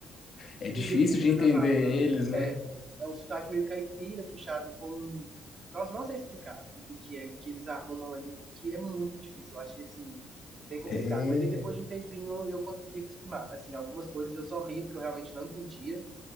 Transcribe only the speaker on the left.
É
difícil
de
entender
eles, né?
É.